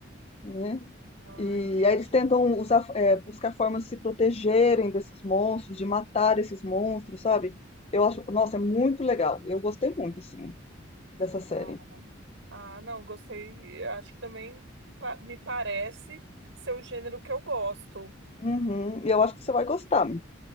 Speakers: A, on the left; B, on the right.
A: né?
B: Ah,
A: E
B: entendi.
A: aí eles tentam usar, é, buscar formas de se protegerem desses monstros, de matar esses monstros, sabe? Eu acho, nossa, é muito legal. Eu gostei muito, assim, dessa série.
B: Ah, ah, não, gostei. Acho que também pa- me parece ser o gênero que eu gosto.
A: Uhum, e eu acho que você vai gostar.